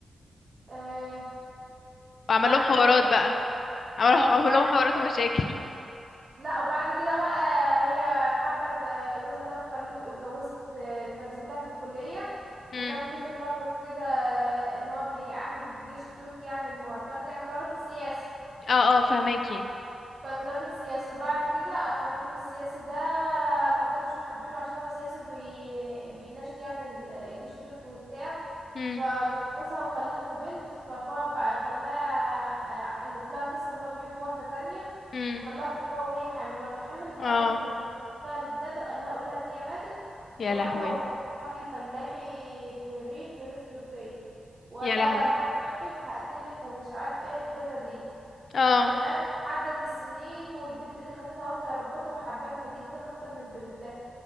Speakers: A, on the right; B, on the left.
A: آه،
B: وعمل
A: وبعد
B: لهم حوارات
A: كده
B: بقى <laughs> عمل
A: اه
B: عمل
A: بعد
B: لهم حوارات
A: كده
B: ومشاكل <laughs>
A: لا وبعد كده بقى هي حبت آه، جوزها ده وخلفت وجوزت آه، كان زميلها في الكلية
B: امم
A: وكان ليه تطرف كده آه، ان هو بيعاند الجيش التركي يعني معترض يعني كان راجل سياسي
B: اه اه فهماكي
A: كان راجل سياسي وبعد كده فالراجل السياسي ده ما كانش حابينه عشان هو سياسي بي... بيناشد يعني ال- الجيش التركي وبتاع
B: امم
A: فجوزها وخلفوا بنت فاخوها بقى خلاها الف لها قصة ان هو بيحب واحدة تانية
B: امم
A: وخلاها تقرأ وهي حامل ولما حملت قام
B: اه
A: واخد بنتها للدادة وقال لها قول لها ان هي ماتت
B: يا
A: وخدها
B: لهوي
A: وداها قرية فلاحي في الريف في ريف تركيا وقال
B: يا
A: لها
B: لهوي
A: لو حد عرف هقتلك ومش عارفة ايه الدادة دي
B: اه
A: كان تمام عدت السنين والبنت دي خدتها واحدة ربتها وحبتها جدا اكتر من بنتها